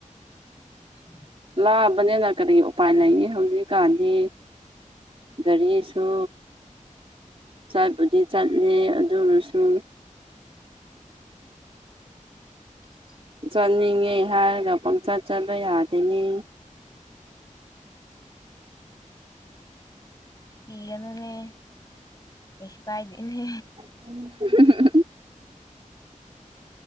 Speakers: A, on the left (about 30°); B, on the right (about 45°).
A: <inaudible>
B: ꯂꯥꯑꯕꯅꯤꯅ ꯀꯔꯤ ꯎꯄꯥꯏ ꯂꯩꯅꯤ ꯍꯧꯖꯤꯛꯀꯥꯟꯗꯤ ꯒꯥꯔꯤꯁꯨ ꯁꯨ ꯆꯠꯄꯨꯗꯤ ꯆꯠꯂꯦ ꯑꯗꯨꯔꯁꯨ
A: <inaudible>
B: ꯆꯠꯅꯤꯡꯉꯦ ꯍꯥꯏꯔꯒ ꯄꯪꯆꯠ ꯆꯠꯕ ꯌꯥꯗꯦꯅꯦ
A: ꯀꯤꯒꯅꯨꯅꯦ ꯀꯁꯨ ꯀꯥꯏꯗꯦꯅꯦ
B: <unintelligible>